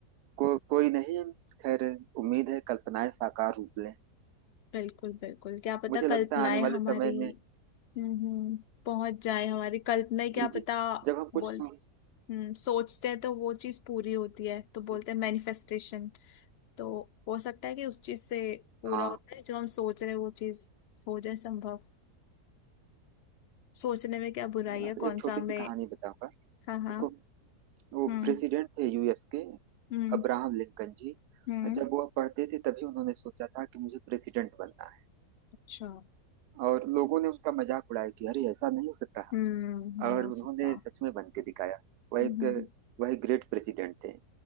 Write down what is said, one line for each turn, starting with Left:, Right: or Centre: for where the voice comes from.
Right: को, कोई नहीं खैर उम्मीद है कल्पनाएं साकार रूप लें
Left: बिल्कुल बिल्कुल क्या पता
Right: मुझे लगता
Left: कल्पनाएं
Right: है आने
Left: हमारी
Right: वाले समय में
Left: हम्म पहुंच जाए हमारी कल्पना ही क्या
Right: जी
Left: पता
Right: जी जब हम कुछ
Left: बोल
Right: सोच
Left: हम्म सोचते हैं तो वो चीज पूरी होती है तो बोलते
Right: जी,
Left: हैं मैनिफेस्टेशन तो हो सकता है कि उस चीज से पूरा
Right: हाँ
Left: होता है जो हम सोच रहे हैं वो चीज हो जाए संभव सोचने में क्या बुराई
Right: बस
Left: है कौन
Right: एक छोटी
Left: सा हमें
Right: सी कहानी बताऊंगा
Left: हाँ हाँ
Right: देखो वो
Left: हम्म
Right: प्रेसिडेंट थे यूएस के
Left: हम्म
Right: अब्राहम लिंकन जी
Left: हम्म
Right: जब वह पढ़ते थे तभी उन्होंने सोचा था कि मुझे प्रेसिडेंट बनना है
Left: अच्छा
Right: और लोगों ने उनका मजाक उड़ाया कि अरे ऐसा नहीं हो सकता
Left: हम्म नहीं
Right: और
Left: हो
Right: उन्होंने
Left: सकता
Right: सच में बन के दिखाया वह
Left: हम्म
Right: एक
Left: हम्म
Right: वह ग्रेट प्रेसिडेंट थे